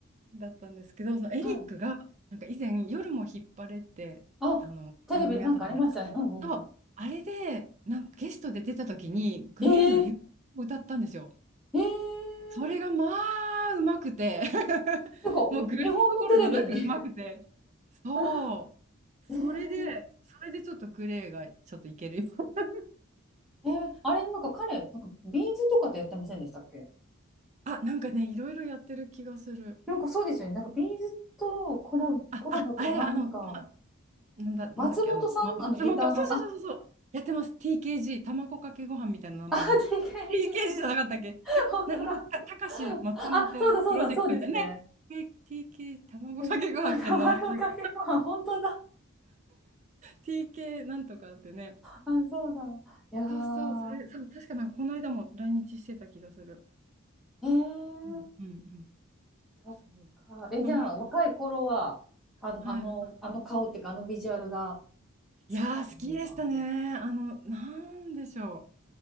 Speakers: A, on the right; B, in the centre.
A: だったんですけど、そのエリックが、
B: はい
A: なんか以前、夜も引っ張れって
B: あテレビでなんかありましたねうんうん
A: 番組あったじゃないですか。そう、あれで、なんかゲストで出た時に、グレーの夕方を歌ったんですよ。
B: えええー、
A: それがまあ、うまくて <laughs>
B: なんか日本のテレビに
A: もうグレーどころじゃなくうまくて。そう。
B: <laughs>
A: それで、
B: えー、
A: それでちょっとグレーがちょっといけるよ。<laughs>
B: えーあれなんか彼、なんかビーズとかとやってませんでしたっけ
A: あ、なんかね、いろいろやってる気がする。
B: なんかそうですよね。なんかビーズとコラボ、
A: あ、
B: コラボっていうかなんか、
A: あ、あれだ、あの、まなんだ、
B: 松本さんあのギターの、
A: なんだっけ、あの、ま、松本、そうそうそうそうそう、
B: あ、
A: やってます。TKG、卵かけご飯みたいな名前の。
B: あ、TKG、
A: TKG じゃなかったっけた、
B: 本当だ。
A: な、な、た、たかし松本プロジェクトみたいなね。
B: あ、そうだそうだ、そうですね。
A: T- TK、卵かけご飯みたいな名前なんか、
B: えあ、卵かけご飯、本当だ。
A: TK なんとかってね。
B: あ、そうだ。いやー、
A: そうそう、それ、そう、確かなんかこの間も来日してた気がする。
B: えー、
A: うんうんうん。
B: そっか。
A: そう。
B: え、
A: <laughs>
B: じゃあ若い頃は、あの、
A: はいはい。
B: あの、あの顔っていうか、あのビジュアルが、
A: いやー、
B: 好きな感じですか。
A: 好きでしたね。あの、なんでしょう。